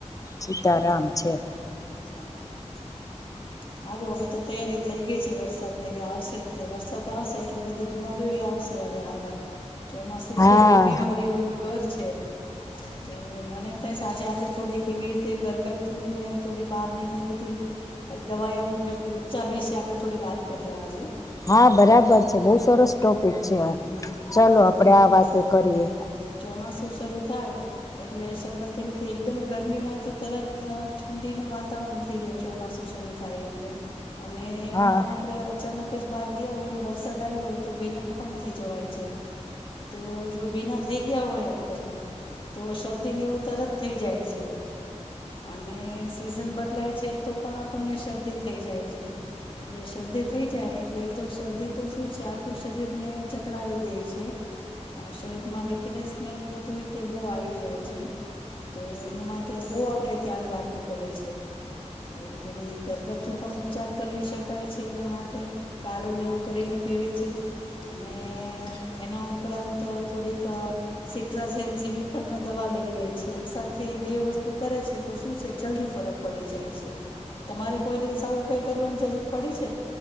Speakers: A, on the left (about 30°); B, on the left (about 45°).
A: સીતારામ છે,
B: અચછા
A: <unintelligible>
B: સારું હવે તો તૈયારી થઇ ગઈ છે, વરસાદ ને એવી આવશે જ તે વરસાદ આવશે એટલે બધી બીમારીઓ એ આવશે સે અવે આરબાર <inaudible> ચોમાસુ
A: હા
B: છે, એ બીમારીઓનું ઘર છે તો મને એમ થાય છે, આજે આપણે થોડી કેવી રીતે ઘરગથ્થું ને થોડી બહારની એ બધી દવાઓ ઉપચાર વિશે આપણે થોડી વાત કરીએ આજે
A: હા, બરાબર છે બઉુ સરસ સ્ટોક છે,
B: હમ
A: ચાલો
B: કેમ
A: આપડે
B: કે
A: આ વાતો કરીએ
B: હમ ચોમાસું શરૂ થાય એટલે શરૂઆત કેમ કે એકદમ ગરમી માંથી તરત ઠંડીનું વાતાવરણ થઈ જાય છે ચોમાસું શરૂ થાય એટલે અને એમાં
A: હા
B: આપડે અચાનક જ બહાર ગયા હોય, વરસાદ આવ્યો હોય તો ભીના પણ થઈ જવાય છે તો જો ભીના થઈ ગયા હોય આપડે તો શરદી ને એવું તરત થઈ જાય છે, અને સીઝન બદલાય છે, તો પણ આપણને શરદી થઈ જાય છે એટલે શરદી થઈ જાય એટલે એ તો શરદી તો શું છે, આખું શરીર ને ચકડાવી દે છે શરીરમાં વીકનેસને બધું રીતે બહુ આવી જાય છે, તો એના માટે બહુ આપણે ધ્યાન રાખવું પડે છે, તો થોડી ઘરગથ્થું પણ ઉપચાર કરી શકાય છે એના માટે કાળો ને એવું કરીને પીવે છે અને એના ઉપરાંત થોડીક સિટ્રજન જેવી પણ દવા લઈ લે છે એક સાથે બે વસ્તુ કરે છે તો શું છે, જલ્દી ફરક પડી જાય છે તમારે કોઈ દિવસ આવું કઈ કરવાની જરૂર પડી છે,